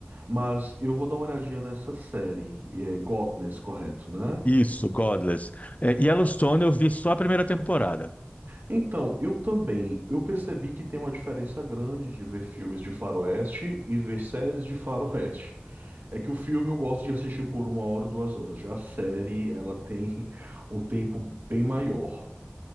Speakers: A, on the right; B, on the left.
A: Mas eu vou dar uma olhadinha nessa série, é Godness, correto, né?
B: Isso, Godless. É, Yellowstone eu vi só a primeira temporada.
A: Então, eu também, eu percebi que tem uma diferença grande de ver filmes de faroeste e ver séries de faroeste. É que o filme eu gosto de assistir por uma hora, duas horas. Já a série, ela tem <laughs> um tempo bem maior.